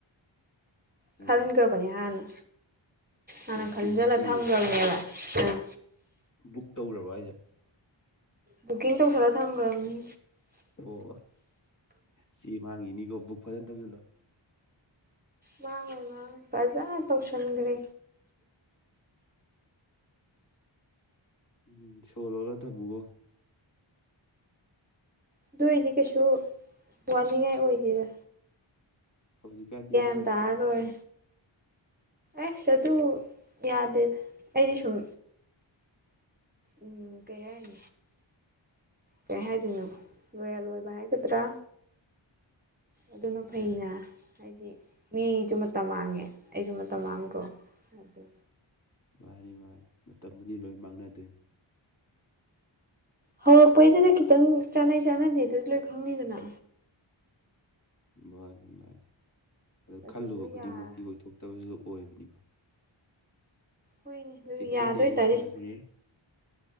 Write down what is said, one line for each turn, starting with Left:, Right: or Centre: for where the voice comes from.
Left: ꯑꯣ
Right: ꯈꯟꯈ꯭ꯔꯕꯅꯦ ꯍꯥꯟꯅ ꯍꯥꯟꯅ
Left: ꯑꯣ
Right: ꯈꯟꯖꯤꯜꯂ
Left: ꯀꯨꯏꯗꯤ ꯀꯨꯏꯔꯦꯕ
Right: ꯊꯝꯈ꯭ꯔꯕꯅꯦꯕ ꯎꯝ
Left: ꯕꯨꯛ ꯇꯧꯈ꯭ꯔꯕ ꯍꯥꯏꯁꯦ
Right: ꯕꯨꯀꯤꯡ ꯇꯧ ꯈꯔꯥ ꯊꯥꯡꯕ꯭ꯔꯥꯕꯅꯤ
Left: ꯑꯣ ꯁꯤ ꯃꯥꯡꯉꯤꯅꯤꯀꯣ ꯕꯨꯛ ꯐꯖꯅ ꯊꯧꯁꯤꯜꯂꯣ
Right: ꯃꯥꯡꯉꯣꯏꯅꯥꯡ ꯐꯖꯅ ꯇꯧꯁꯟꯈ꯭ꯔꯦ
Left: ꯎꯝ ꯁꯣꯜꯂꯣꯒ ꯊꯝꯃꯨꯒꯣ
Right: ꯑꯗꯨ ꯑꯣꯏꯗꯤ ꯀꯩꯁꯨ ꯋꯥꯅꯤꯡꯉꯥꯏ ꯑꯣꯏꯗꯦꯔ
Left: ꯍꯧꯖꯤꯛꯀꯥꯟꯗꯤ ꯑꯗꯨ
Right: ꯟ
Left: ꯉꯥꯛꯇꯅꯤ
Right: ꯇꯔꯣꯏ ꯑꯁ ꯑꯗꯨ ꯌꯥꯗꯦ ꯑꯩꯗꯤ ꯁꯨꯝ ꯎꯝ ꯀꯌꯥꯏ ꯀꯩ ꯍꯥꯏꯗꯣꯏꯅꯣ ꯂꯣꯏꯔ ꯂꯣꯏꯕ ꯍꯥꯏꯒꯗ꯭ꯔꯥ ꯑꯗꯨꯅ ꯐꯩꯅ ꯍꯥꯏꯗꯤ ꯃꯤꯁꯨ ꯃꯇꯝ ꯃꯥꯡꯉꯦ ꯑꯩꯁꯨ ꯃꯇꯝ ꯃꯥꯡꯈ꯭ꯔꯣ ꯑꯗꯨ
Left: ꯃꯥꯅꯤ ꯃꯥꯅꯤ ꯃꯇꯝꯗꯨꯗꯤ ꯂꯣꯏ ꯃꯥꯡꯅꯗꯣꯏꯅꯤ
Right: ꯍꯧꯔꯛꯄꯩꯗꯨꯅ ꯈꯤꯇꯪ ꯆꯥꯟꯅꯩ ꯆꯥꯟꯅꯗꯦ ꯑꯗꯨꯁꯨ ꯂꯣꯏ ꯈꯪꯅꯤꯗꯅ
Left: ꯃꯥꯅꯤ ꯃꯥꯅꯤ ꯑꯗꯣ
Right: ꯑꯗꯨꯗ
Left: ꯈꯜꯂꯨꯕ ꯈꯨꯗꯤꯡꯃꯛꯇꯤ
Right: ꯌꯥꯔ
Left: ꯑꯣꯏꯊꯣꯛꯇꯕꯁꯨ ꯑꯣꯏꯕꯅꯤꯀꯣ
Right: ꯍꯣꯏꯅꯦ ꯑꯗꯨ
Left: ꯆꯦꯛꯁꯤꯜꯂꯤꯈꯩ
Right: ꯌꯥꯗꯣꯏ ꯇꯥꯔꯦ
Left: ꯐꯕꯅꯦ